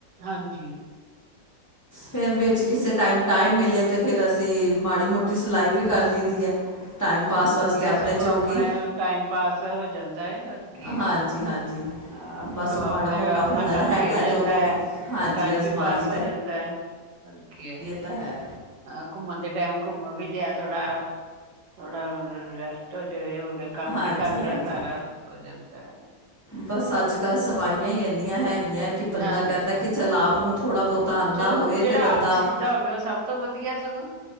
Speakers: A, on the right; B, on the left.
A: ਹਾਂਜੀ।
B: ਫਿਰ ਵਿੱਚ ਕਿਸੇ ਟਾਈਮ ਟਾਈਮ ਮਿਲੇ ਤੇ ਫਿਰ ਅਸੀਂ ਮਾੜੀ ਮੋਟੀ ਸਿਲਾਈ ਵੀ ਕਰ ਲਈ ਦੀ ਹੈ। ਟਾਈਮ ਪਾਸ
A: ਚਲੋ
B: ਵਾਸਤੇ
A: ਵਧੀਆ
B: ਆਪਣੇ
A: ਸਗੋਂ
B: ਜੋਗੀ
A: ਆਪਣਾ ਟਾਈਮ ਪਾਸ ਹੋ ਜਾਂਦਾ ਹੈ ਹੋਰ ਕੀ ਹੈ।
B: ਹਾਂਜੀ ਹਾਂਜੀ
A: ਹਾਂ
B: ਬਸ
A: ਥੋੜਾ
B: ਉਹ ਮਾੜਾ
A: ਆਪਣਾ
B: ਮੋਟਾ
A: ਆਪਣਾ
B: ਹੁਨਰ
A: ਕੰਮ
B: ਹੈਗਾ
A: ਵੀ ਹੋ ਜਾਂਦਾ
B: ਤੇ ਉਹਨੂੰ ਅਪ
A: ਹੈ
B: ਹਾਂਜੀ
A: ਤੇ ਟਾਈਮ
B: ਅਜ਼ਮਾ
A: ਵੀ ਪਾਸ
B: ਲਈ
A: ਹੋ ਜਾਂਦਾ ਹੈ। ਆ ਕੀ।
B: ਅ ਤਾਂ ਹੈ।
A: ਹਾਂ ਘੁੰਮਣ ਦੇ ਟਾਈਮ ਘੁੰਮ ਵੀ ਲਿਆ ਥੋੜਾ ਥੋੜਾ ਰੈਸਟ ਜ ਹੋ ਗ। ਕੰਮ
B: ਹਾਂਜੀ
A: ਵੀ ਕਰ
B: ਹਾਂਜੀ
A: ਲਿਆ ਸਾਰਾ ਭੋਜਨ ਦਾ।
B: ਬਸ ਅੱਜ ਕੱਲ੍ਹ ਸਵਾਈਆਂ ਹੀ ਇੰਨੀਆਂ ਹੈਗੀਆਂ। ਕਿ ਬੰਦਾ
A: ਹਾਂਜੀ
B: ਕਹਿੰਦਾ ਕਿ ਚੱਲ ਆਪ ਨੂੰ ਥੋੜ੍ਹਾ ਬਹੁਤਾ
A: ਉਹ ਚਲੋ
B: ਆਉਂਦਾ ਹੋਏ
A: ਜਿਹੜਾ
B: ਤੇ ਬੰਦਾ
A: ਆਪ ਸੀਂਦਾ ਹੋਵੇ ਉਹ ਸਭ ਤੋਂ ਵਧੀਆ ਸਗੋਂ